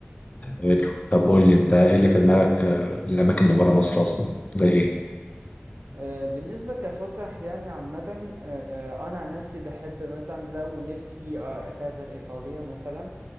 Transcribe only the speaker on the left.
حلو. طب قول لي أنت إيه اللي في دماغك آه، الأماكن اللي بره مصر أصلا؟ زي إيه؟